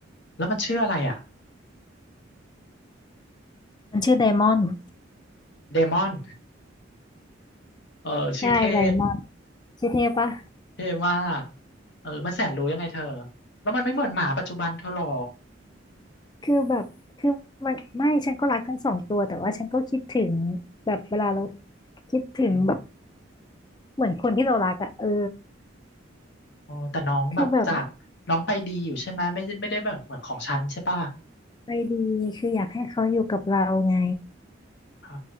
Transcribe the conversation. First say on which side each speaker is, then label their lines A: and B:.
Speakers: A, on the left (about 65°); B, on the left (about 20°).
A: แล้วมันชื่ออะไรอ่ะ
B: มันชื่อไดมอนด์
A: เดมอนเออชื่อเท่
B: ใช่ไดมอนด์ชื่อเทพปะ
A: เท่มากเออมันแสนรู้ยังไงเธอแล้วมันไม่เหมือนหมาปัจจุบันเธอหรอ
B: คือแบบคือมันไม่ฉันก็รักทั้งสองตัวแต่ว่าฉันก็คิดถึงแบบเวลาเราคิดถึงแบบ
A: อืม
B: เหมือนคนที่เรารักอะเออ
A: โอ้แต่น้องแบบจากน้องไปดีอยู่ใช่ไหมไม่ได้ไม่ได้แบบเหมือนของฉันใช่ป่ะ
B: คือแบบใจดีคืออยากให้เขาอยู่กับเราไง
A: เออ